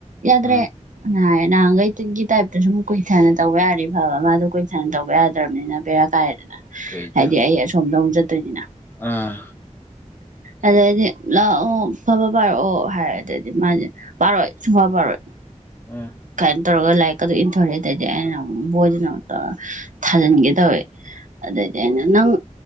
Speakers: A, on the right; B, on the left.
A: ꯌꯥꯗ꯭ꯔꯦ
B: ꯎꯝ
A: ꯍꯥꯏ ꯅꯍꯥꯟꯒꯩ ꯇꯨꯟꯇꯤ ꯇꯥꯏꯞꯇꯁꯨ ꯀꯨꯏꯊꯅ ꯇꯧꯕ ꯌꯥꯔꯗꯤ ꯐꯕ ꯃꯥꯗꯣ ꯀꯨꯏꯊꯅ ꯇꯧꯕ ꯌꯥꯗ꯭ꯔꯕꯅꯤꯅ ꯕꯦꯔꯥ ꯀꯥꯏ
B: ꯀꯩꯒꯤ
A: ꯍꯥꯏꯗꯤ ꯑꯩ ꯑꯁꯣꯝꯗ ꯑꯃꯨꯛ ꯆꯠꯇꯣꯏꯅꯤꯅ
B: ꯑꯥ
A: ꯑꯗꯩꯗꯤ ꯂꯥꯛꯑꯣ ꯐꯠ ꯐꯠ ꯄꯥꯔꯛꯑꯣ ꯍꯥꯏꯔꯦ ꯑꯗꯨꯗꯩ ꯃꯥꯁꯦ ꯄꯥꯔꯣꯏ ꯁꯨꯡꯄ ꯄꯥꯔꯣꯏ
B: ꯎꯝ
A: ꯀꯃꯥꯏꯅ ꯇꯧꯔꯒ ꯂꯥꯏꯔꯤꯛꯀ ꯗꯣ ꯏꯟꯊꯣꯔꯇꯗꯤ ꯑꯩꯅ ꯕꯣꯏꯗꯨꯅ ꯑꯃꯨꯛ ꯊꯥꯖꯤꯟꯒꯦ ꯇꯧꯋꯦ ꯑꯗꯨꯗꯤ ꯑꯩꯅ ꯅꯪ